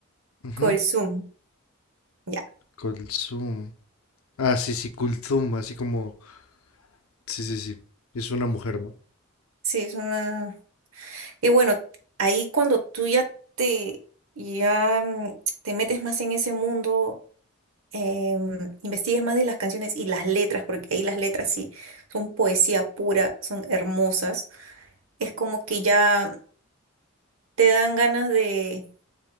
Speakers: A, on the left; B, on the right.
A: Ujú.
B: Kulsum. Ya,
A: Kulthum. Ah, sí, sí, Kulthum, así como, sí, sí, sí. Es una mujer, ¿no?
B: sí, es una. Y bueno, ahí cuando tú ya te, ya mm, te metes más en ese mundo, em, investigas más de las canciones y las letras, porque ahí las letras sí son poesía pura, son hermosas, es como que ya te dan ganas de,